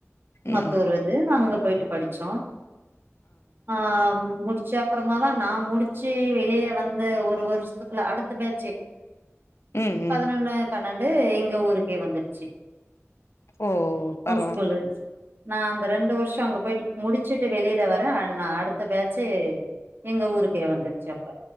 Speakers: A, on the right; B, on the left.
A: மா
B: ம்
A: தூரோ அது நாங்கா அங்க போய்ட்டு படிச்சோ ஆ முடி ச்சு அப்புறமாதா நா முடிச்சு வெளில வந்து ஒரு வருஷ்த்துக்குள்ள அடுத்த பேஜு
B: ம் ம்
A: பதினொன்னு பன்னண்டு எங்க ஊருக்கே வந்துருச்சு
B: ஓ
A: இனொர்
B: பரவால்ல
A: ஸகூல்லு நா அந்த ரெண்டு வருஷோ அங்க போய்ட்டு முடி சுட்டு வெளில வர அன் நா அடு த்த பேஜு எங்க ஊருக்கே வந்துர்ச்சு அப்ப